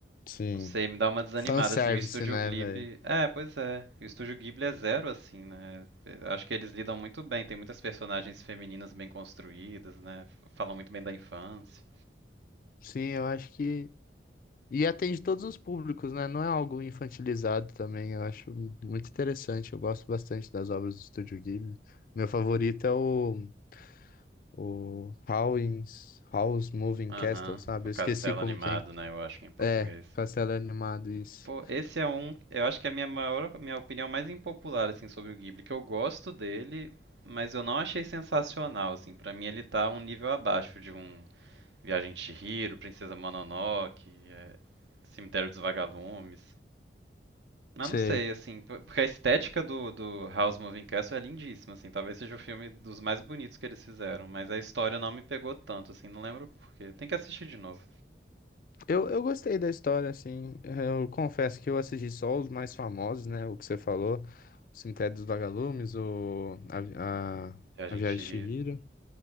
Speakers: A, on the left (about 50°); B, on the right (about 80°).
A: sim.
B: não sei, me dá uma desanimada
A: Fanservice,
B: assim. O estúdio
A: né,
B: Ghibli,
A: velho?
B: é, pois é. O estúdio Ghibli é zero assim, né? Eu acho que eles lidam muito bem, tem muitas personagens femininas bem construídas, né? Falam muito bem da infância.
A: Sim, eu acho que. E atende todos os públicos, né? Não é algo infantilizado também. Eu acho muito interessante. Eu gosto bastante das obras do Estúdio Ghibli. Meu favorito é o O Howl's, Howl's Moving
B: Aham,
A: Castle, sabe?
B: O Castelo
A: Eu esqueci como
B: Animado,
A: que é. em-
B: né? Eu acho que é em português.
A: É, Castelo Animado, isso.
B: Pô, esse é um. Eu acho que é a minha maior, minha opinião mais impopular assim sobre o Ghibli, que eu gosto dele, mas eu não achei sensacional assim. Pra mim ele tá um nível abaixo de um Viagem de Chihiro, Princesa Mononoke, é, Cemitério dos Vagalumes. Mas
A: Sei.
B: não sei, assim, p- porque a estética do, do House Moving Castle é lindíssima, assim, talvez seja o filme dos mais bonitos que eles fizeram, mas a história não me pegou tanto, assim, não lembro por quê. Tem que assistir de novo.
A: Eu, eu gostei da história, assim. Eu confesso que eu assisti só os mais famosos, né? O que você falou. O Cemitério dos Vagalumes, o... A, a,
B: Viagem
A: a Viagem
B: de Chihiro.
A: de Chihiro.